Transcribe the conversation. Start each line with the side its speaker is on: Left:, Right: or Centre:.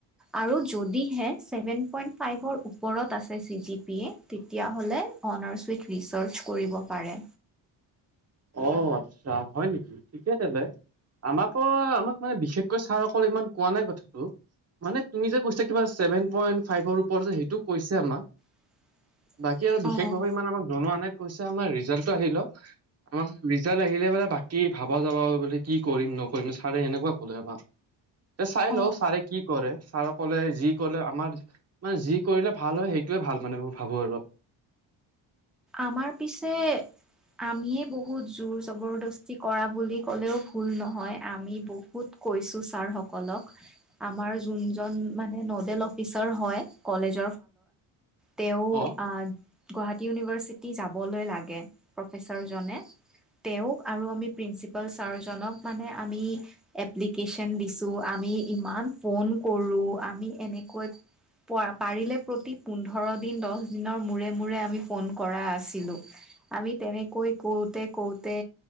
Centre: আৰু যদিহে ছেভেন পইণ্ট ফাইভৰ ওপৰত আছে চি জি পি এ তেতিয়াহলে অনাৰছ উইথ ৰিচাৰ্চ কৰিব পাৰে।
Right: অ আচ্ছা হয় নেকি ঠিকে তেলে। আমাৰ পৰা আমাক মানে বিশেষকৈ ছাৰ অকল ইমান কোৱা নাই কথাটো। মানে তুমি যে কৈছা কিবা ছেভেন পইণ্ট ফাইভৰ ওপৰত যে সেইটো কৈছে আমাক।
Centre: <inaudible>
Right: বাকী আৰু বিশেষভাৱে
Centre: অ',
Right: ইমান আমাক জনোৱা নাই কৈছে আমাৰ ৰিজাল্টটো আহিলওক আমাৰ ৰিজাল্ট আহিলে মানে বাকী ভাবা যাব বুলি কি কৰিম নকৰিম ছাৰে এনেকুৱা কলে আমাৰ তে চাই
Centre: অ',
Right: লওঁ ছাৰে কি কৰে ছাৰ কলে যি কলে আমাৰ মানে যি কৰিলে ভাল হয় সেইটোয়ে ভাল মানে মই ভাবো আৰু
Centre: আমাৰ পিছে আমিয়ে বহুত জোৰ জবৰদস্তি কৰা বুলি ক'লেও ভুল নহয় আমি বহুত কৈছো ছাৰ সকলক আমাৰ যোন মানে নডেল অফিচাৰ হয় কলেজ তেওঁ
Right: অ।
Centre: আহ গুৱাহাটী <inaudible> চিতি, যাবলৈ লাগে, প্ৰফেচাৰ জনে। তেওঁক আৰু আমি প্ৰিঞ্চিপাল ছাৰ জনক মানে আমি এপ্লিকেচন দিছো আ আমি ইমান ফোন কৰো আমি এনেকৈ প - পাৰিলে প্ৰতি পোন্ধৰ দিন দহ দিনৰ মূৰে- মূৰে আমি ফোন কৰা আছিলো, আমি তেনেকৈ কৰোঁতে- কৰোঁতে